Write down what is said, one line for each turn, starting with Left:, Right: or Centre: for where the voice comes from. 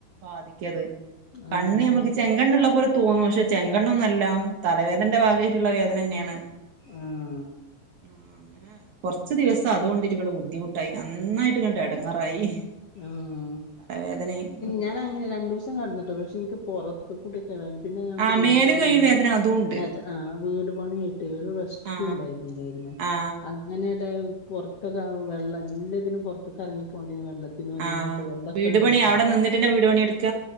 Right: ബാധിക്കത് കണ്ണ്
Left: ആഹ്
Right: നമ്മക്ക് ചെങ്കണ്ണ്ള്ള പോലെ തോന്നും പക്ഷെ ചെങ്കണ്ണൊന്നുല്ല തലവേദന്റെ ഭാഗമായിരിക്കും ള്ള വേദനന്നെയാണ്
Left: ആഹ്
Right: ആഹ് കൊറച് ദിവസം അതുകൊണ്ടിരിക്കണ ബുദ്ധിമു ട്ടായ് നന്നായിട്ട്ങ്ട്ട് ഏടങ്ങാറായി
Left: ആഹ്
Right: തലവേദനി ഒക്കെ
Left: ഞാൻ അങ്ങനെ രണ്ടൂസം കട ന്നു ട്ടോ പക്ഷെ എനിക്ക് പോറത്ത് കൂട്യൊക്കെവേദന പിന്നെ ഞങ്ങക്ക്
Right: ആ
Left: വീട്
Right: മേലും
Left: പണിണ്ട്
Right: കയ്യും വേദന അതും ഉണ്ട്
Left: വേദന ആഹ് വീട് പണിആയിട്ട് ഒരു റെസ്റ്റും
Right: ആ
Left: ഇണ്ടായിരുന്നില്ലയ്രുന്നു
Right: ആ
Left: അങ്ങനെയായിട്ട് പുറത്ക്കെ വെള്ളം എല്ലാതിനും പുറത്തൊക്കെറങ്ങി പോണ്ടിരുന്നു വെള്ളത്തി ന്അതിനഇതിനൊക്കെ
Right: ആ
Left: വെള്ളൊക്കെ
Right: വീട്
Left: ഇണ്ടായിട്ട്
Right: പണി അവിടെ നിന്നിട്ട്ന്നെ വീട് പണി എടുക്ക